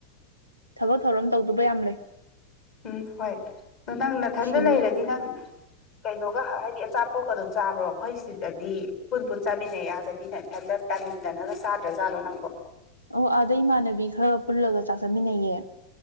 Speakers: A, on the left; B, on the left.
A: ꯊꯕꯛ ꯊꯧꯔꯝ ꯇꯧꯗꯨꯕ ꯌꯥꯝ ꯂꯩ
B: ꯎꯝ ꯍꯣꯏ ꯇꯨ ꯅꯪ ꯅꯥꯊꯟꯗ
A: ꯁꯤꯜꯂꯒ
B: ꯂꯩꯔꯗꯤ ꯅꯪ ꯀꯩꯅꯣꯒ ꯍꯥꯏꯗꯤ ꯑꯆꯥꯄꯣꯠꯀꯗꯣ ꯆꯥꯕ꯭ꯔꯣ ꯑꯩꯈꯣꯏ ꯁꯤꯗꯗꯤ ꯄꯨꯟ ꯄꯨꯟ ꯆꯥꯃꯤꯟꯅꯩ ꯑꯥꯗꯗꯤ ꯅꯊꯟꯗ ꯇꯥꯟꯗꯅꯒ ꯆꯥꯗ꯭ꯔꯥꯖꯥꯠꯂꯣ ꯅꯪꯕꯣ
A: ꯑꯣ ꯑꯥꯗ ꯏꯃꯥꯟꯅꯕꯤ ꯈꯔ ꯄꯨꯜꯂꯒ ꯆꯥꯛ ꯆꯃꯤꯟꯅꯩꯌꯦ